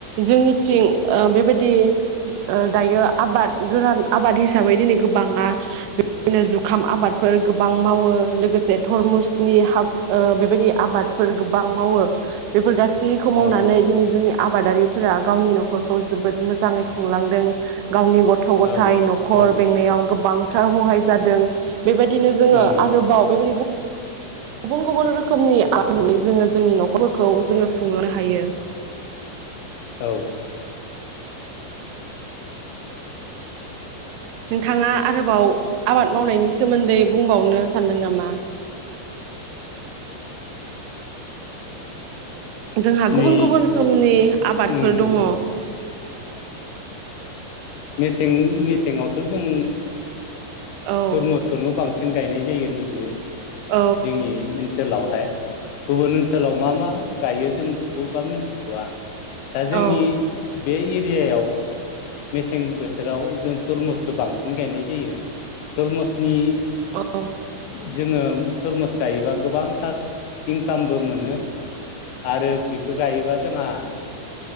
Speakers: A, on the right; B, on the left.
A: जोंनिथिं ओ बेबायदि ओ दायो आबाद गोरान आबाद हिसाबै हिसाबै दिनै गोबाङा बेदिनो जुखाम आबादफोर गोबां मावो लोगोसे थरमुसनि हाब ओ बेबायदि आबादफोर गोबां मावो बेफोर गाससि सिखौ मावनानै
B: औ
A: दिनै जोंनि आबादारिफोरा गावनि न'खरखौ जोबोद मोजाङै खुंलांदों गावनि गथ' गथाय
B: औ
A: न'ख खर
B: औ
A: बेंनायाव गोबांथार हहाय जादों बेबायदिनो
B: उम
A: जोङो आरोबाव बेबायदि गुबुन गुबुन रोखोमनिनि जोङो जोंनि न'खरफोरखौ जोङो खुंलांनो हायो
B: औ
A: नोंथाङा आरोबाव आबाद मावनायनि सोमोन्दै बुंबावनो सानदों नामा जोंहा
B: नै
A: गुबुन गुबुन रोखोमनि आबादफोर
B: उम
A: दङ
B: मेसें मेसेंआवथ' जों
A: औ
B: तरमुसखौनो बांसिन जों गायनाय जायो नैबे
A: औ
B: जोंनि ओनसोलाव हाय गुबुन ओनसोलाव मा मा गायो जों बेखौबा मोनथिस'वा दा जोंनि
A: औ
B: बे एरियायाव मेसें बोथोराव जों तरमुसखौ बांसिन गायनाय जायो तरमुसनि
A: औ
B: जोङो तरमुस गायोबा गोबांथार इनकामबो मोनो आरो बेखौ गायोबा जोंहा